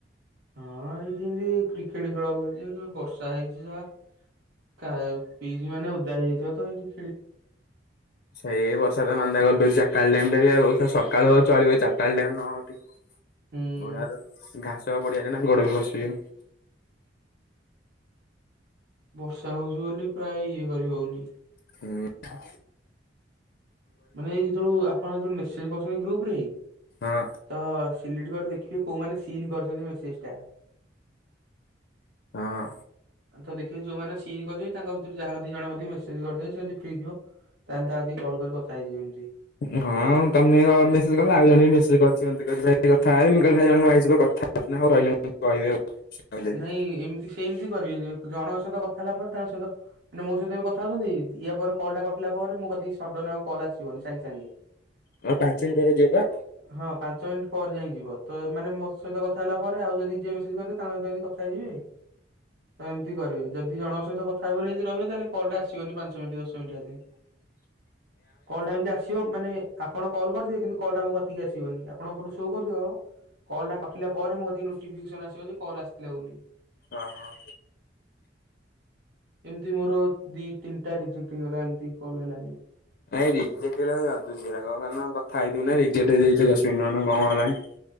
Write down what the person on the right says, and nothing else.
ହଁ ଏଇଠି ଏମତି କ୍ରିକେଟ୍ ଖେଳ ହଉଚି। ଏ କି ବର୍ଷା ହେଇଚି ଯା କା- କିଜ୍ ମାନେ ଓଦା ହେଇଯାଇଥିବ ତ ଏମତି।
ହୁଁ
ବର୍ଷା ହଉଚୁ ବୋଲି ପ୍ରାୟ ଇଏ କରି ହଉନି।
ମାନେ ଯେତବେଳୁ ଆପଣ ଯେତେବେଳେ ମେସେଜ କରୁଛନ୍ତି ଗ୍ରୁପ୍ ରେ।
ତ ସିଲିଟ୍ କର ଦେଖ କି କୋଉମାନେ ସିନ୍ କରଛନ୍ତି ମେସେସ୍ ଟା?
ତ ଦେଖିବେ ଯୋଉମାନେ ସିନ୍ କରିଥିବେ ତାଙ୍କ ଭିତରୁ ଯାହାର ଦି ଜଣ କତିକି ମେସେଜ କରିଦେବେ ସେ ଯଦି ଫ୍ରି ଥିବ। ତାହାନେ ତା କତିକି କଲ୍ କରି କଥା ହେଇଯିବ ଏମିତି।
ନାଇଁ ଏମିତି ସେମିତି କରିବେ ଯୋଉ। ଜଣଙ୍କ ସହିତ କଥା ହେଲା ପରେ ତାଙ୍କ ସହିତ ଏଇନା ମୋ ସହିତ ଏବେ କଥା ହଉଛନ୍ତି। ଦି- ୟା ପରେ କଲ୍ ଟା କଟିଲା ପରେ ମୋ କତିକି ସୋଡ଼ନ୍ ନା ଆଉ କଲ୍ ଆସିବନି ସାଙ୍ଗେ ସାଙ୍ଗେ।
ହଁ ପାଞ୍ଚ ମିନିଟ୍ ପର ଯାଇ ଯିବ। ତ ମାନେ ମୋ ସହିତ କଥା ହେଲା ପରେ ଆଉ ଯଦି ଯିଏ ମେସେଜ୍ କରିବେ ତାଙ୍କ ସହିତ ଏମିତି କଥା ହେଇଯିବି। ତ ଏମିତି କରିବେ। ଯଦି ଜଣଙ୍କ ସହିତ କଥାହେବେ ବୋଲି ଏମତି ରହିବେ ତାହେଲେ କଲ୍ ଟା ଆସିବନି ପାଞ୍ଚ ମିନିଟ୍ ଦଶ ମିନିଟ୍ ଆଗେ।
କଲ୍ ଟା ଏମତି ଆସିବ ମାନେ ଆପ୍ ଆପଣ କଲ୍ କରିିଥିବେ। କିନ୍ତୁ କଲ୍ ଟା ମୋ କତିକି ଆସିବନି ଆପଣଙ୍କ ପଟୁ ସୋ କରିଥିବ। କଲ୍ ଟା କଟିଲା ପରେ ମୋ କତିକ ନୋଟିିଫିକେସନ୍ ଆସିବ ଯେ କଲ୍ ଆସିଥିଲା ବୋଲି।
ଏମିତି ମୋର ଦି ତିନିଟା ରିଜେକ୍ଟ ହେଇଗଲା ଏମତି କଲ୍ ହେଲାନି।